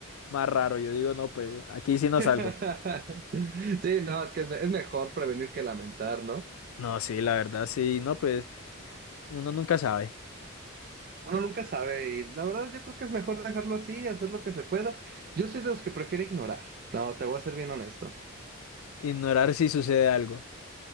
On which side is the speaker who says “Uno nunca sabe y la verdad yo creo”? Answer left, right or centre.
Right